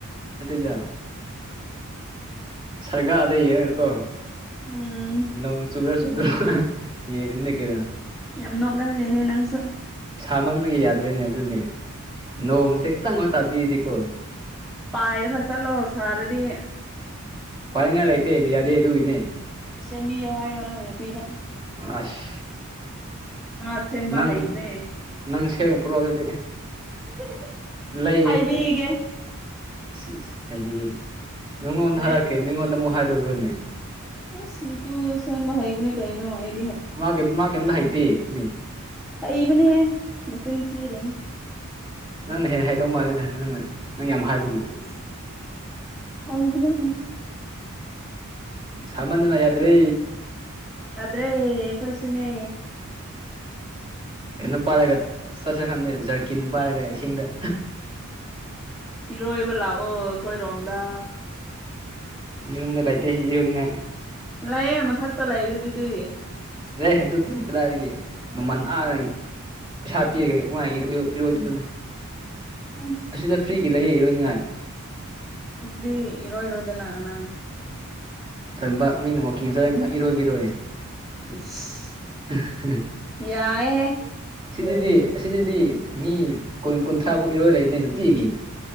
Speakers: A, on the right; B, in the centre.
A: ꯅꯠꯇꯦꯗ ꯁꯥꯒꯥꯗ ꯌꯦꯡꯉꯒꯀꯣ
B: ꯎꯝ
A: ꯅꯣꯡ ꯆꯨꯕ꯭ꯔꯥ ꯆꯨꯗꯕ꯭ꯔ ꯌꯦꯡꯔꯤꯅꯦ ꯀꯩꯅꯣ
B: ꯌꯥꯝ ꯅꯣꯛꯍꯟꯂꯦꯅꯦ ꯅꯪꯁꯨ
A: ꯁꯥꯃꯟꯕꯒꯤ ꯌꯥꯗ꯭ꯔꯦꯅꯦ ꯑꯗꯨꯅꯦ ꯅꯣꯡꯁꯦ ꯈꯤꯇꯪꯒ ꯇꯥꯕꯤꯔꯗꯤꯀꯣ
B: ꯄꯥꯏꯔꯒ ꯆꯠꯂꯣ ꯁꯥꯔꯗꯤ
A: ꯄꯥꯏꯅꯤꯡꯉꯥꯏ ꯂꯩꯇꯦ ꯔꯤꯌꯥꯗꯦ ꯑꯗꯨꯒꯤꯅꯦ
B: ꯁꯦꯝꯕꯤꯌꯣ ꯍꯥꯏꯌꯣ ꯅꯪ ꯅꯨꯄꯤꯗ
A: ꯑꯁ
B: ꯃꯥ ꯁꯦꯝꯕ
A: ꯅꯪ
B: ꯍꯩꯕꯅꯦ
A: ꯅꯪ ꯁꯦꯡꯅ ꯄꯨꯔꯛꯑꯣ ꯑꯗꯨꯗꯤ
B: <unintelligible>
A: ꯂꯩꯒꯦ
B: ꯍꯥꯏꯕꯤꯒꯦ
A: <unintelligible> ꯍꯥꯏꯕꯤꯒꯦꯅꯦ ꯅꯪꯉꯣꯟꯗ
B: ꯂꯥꯏꯔꯤꯛ
A: ꯍꯥꯏꯔꯛ ꯀꯩ ꯃꯤꯉꯣꯟꯗ ꯑꯃꯨꯛ ꯍꯥꯏꯗꯧꯕ꯭ꯔꯅꯦ
B: ꯑꯁ ꯅꯇꯨꯗꯣ ꯁꯦꯝꯕ ꯍꯩꯕꯅꯦ ꯀꯩꯅꯣ ꯑꯩ
A: ꯃꯥꯀꯩꯝ ꯃꯥ ꯀꯩꯝꯗ ꯍꯩꯇꯦꯅꯦ
B: ꯍꯩꯕꯅꯦꯍꯦ ꯃꯆꯤꯟ ꯊꯤꯔꯤꯅꯤ
A: ꯅꯪꯅ ꯍꯦꯟꯅ ꯍꯩꯗꯧ ꯃꯥꯟꯂꯦꯗ ꯅꯪꯅ ꯅꯪ ꯌꯥꯝ ꯍꯥꯏꯕꯒꯤ
B: ꯏꯁ ꯍꯩꯕꯅꯦ
A: ꯁꯥꯃꯟꯗꯅ ꯌꯥꯗ꯭ꯔꯦ
B: ꯌꯥꯗ꯭ꯔꯦ ꯑꯈꯣꯏꯁꯨꯅꯦ
A: ꯀꯩꯅꯣ ꯄꯥꯏꯔꯒ ꯆꯠꯁꯤꯔ ꯈꯪꯗꯦ ꯖꯔꯀꯤꯟ ꯄꯥꯏꯔꯒ ꯏꯁꯤꯡꯗ
B: ꯏꯔꯣꯏꯕ ꯂꯥꯛꯑꯣ ꯑꯩꯈꯣꯏꯔꯣꯝꯗ
A: ꯅꯣꯏꯔꯣꯝꯗ ꯂꯩꯇꯦ ꯏꯔꯣꯏꯅꯤꯉꯥꯏ
B: ꯂꯩꯌꯦ ꯃꯊꯛꯇ ꯂꯩꯔꯤꯗꯨꯗꯤ
A: ꯂꯩ ꯑꯗꯨꯗꯤ ꯀꯗꯥꯏꯗꯒꯤ ꯃꯃꯜ ꯑꯥꯅ ꯄꯩꯁꯥ ꯄꯤꯔꯒ ꯀꯃꯥꯏ ꯏꯔꯣ ꯏꯔꯣꯏꯗꯣꯏꯅꯣꯗ
B: ꯎꯝ
A: ꯑꯁꯤꯗ ꯐ꯭ꯔꯤꯒꯤ ꯂꯩꯌꯦ ꯏꯔꯣꯏꯅꯤꯉꯥꯏ
B: ꯑꯗꯨꯗꯤ ꯏꯔꯣꯏꯔꯣꯗꯅꯥ ꯅꯪ
A: ꯇꯟꯕ ꯃꯤꯅ ꯋꯀꯤꯡ ꯆꯠꯂ ꯀꯃꯥꯏ ꯏꯔꯣꯏꯒꯦꯔꯣ ꯑꯩ <inaudible>
B: ꯏꯁ ꯌꯥꯏꯍꯦ
A: ꯁꯤꯗꯗꯤ ꯑꯁꯤꯗꯗꯤ ꯃꯤ ꯀꯨꯟ ꯀꯨꯟꯊ꯭ꯔꯥꯃꯨꯛ ꯏꯔꯣꯏ ꯂꯩꯕꯅꯦ ꯅꯨꯡꯇꯤꯒꯤ